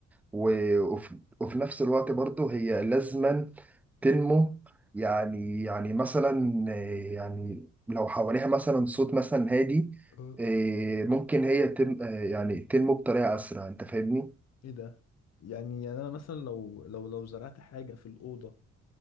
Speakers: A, in the centre; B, on the left (about 60°).
A: و... وفي... وفي نفس الوقت برضه هي لازما تنمو يعني يعني مثلا آه، يعني لو حواليها مثلا صوت مثلا هادي
B: اه
A: آه، ممكن هي تم آه، يعني تنمو بطريقة أسرع أنت فاهمني؟
B: ايه ده يعني يعني انا مثلا لو لو لو زرعت حاجة في الأوضة